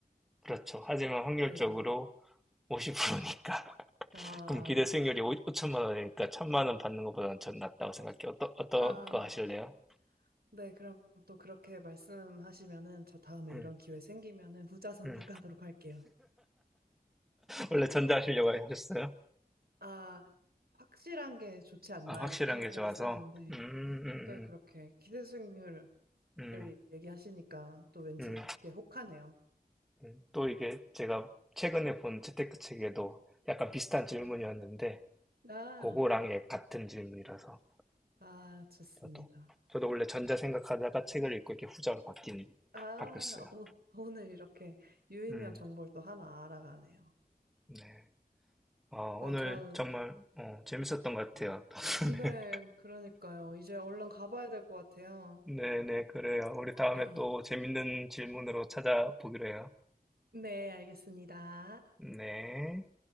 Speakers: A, in the centre; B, on the right.
A: 그렇죠. 하지만 확률적으로
B: 그래도요.
A: 50%니까. <laughs>
B: 아,
A: 그럼 기대 수익률이 5, 천만 원이니까 천만 원 받는 것보다는 전 낫다고 생각해요. 어떠, 어떤
B: 아,
A: 거 하실래요?
B: 네, 그럼 또 그렇게 말씀하시면은 저 다음에
A: 음,
B: 이런 기회 생기면은 후자 선택하도록
A: 음.
B: 할게요.
A: 원래 전자 하시려고 하셨어요?
B: 아, 확실한 게 좋지 않나
A: 아, 확실한
B: 이렇게 생각을
A: 게 좋아서.
B: 했었는데
A: 음, 음,
B: 또 그렇게 기대 수익률을
A: 음, 음,
B: 얘기하시니까 또 왠지
A: 음.
B: 그게 혹하네요.
A: 음, 또 이게 제가 최근에 본 재테크책에도 약간 비슷한 질문이었는데,
B: 아,
A: 그거랑 예, 같은 질문이라서,
B: 아, 좋습니다.
A: 저도. 저도 원래 전자 생각하다가 책을 읽고 이렇게 후자로 바뀐,
B: 아,
A: 바뀌었어요.
B: 오, 오늘 이렇게 유의미한
A: 음,
B: 정보를 또 하나 알아가네요.
A: 네. 어, 오늘
B: 아, 저,
A: 정말, 어, 재밌었던 것 같아요. <laughs>
B: 네,
A: 네.
B: 그러니까요. 이제 얼른 가봐야 될 것 같아요.
A: 네네, 그래요. 우리 다음에
B: <laughs>
A: 또 재밌는 질문으로 찾아보기로 해요.
B: 네, 알겠습니다.
A: 네.